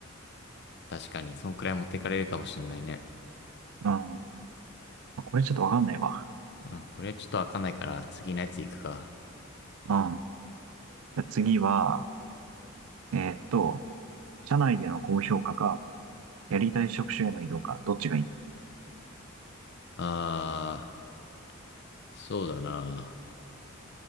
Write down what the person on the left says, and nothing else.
確かに、そんくらい持ってかれるかもしんないね。
うん、これちょっと開かないから、次のやつ行くか。
あー、そうだな。